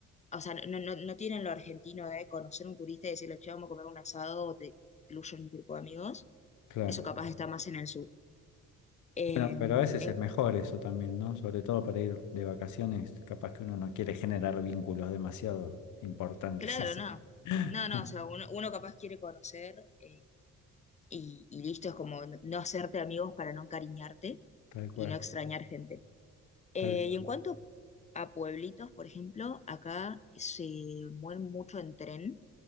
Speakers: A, on the left; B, on the left.
A: o sea, no, no, no tienen lo argentino de conocer un turista y decirle, che, vamos a comer un asado o te incluyo un grupo de amigos.
B: claro.
A: Eso capaz está más en el sur. Eh,
B: Bueno, pero a veces
A: en
B: es mejor eso también, ¿no? Sobre todo para ir de vacaciones, capaz que uno no quiere generar vínculos demasiado importantes,
A: Claro,
B: <laughs> así
A: no.
B: que <laughs>
A: No, no, o sea, uno, uno capaz quiere conocer eh, y, y listo, es como no no hacerte amigos para no encariñarte
B: tal cual,
A: y no extrañar gente. Eh,
B: tal cual.
A: y en cuanto a pueblitos, por ejemplo, acá se mueven mucho en tren,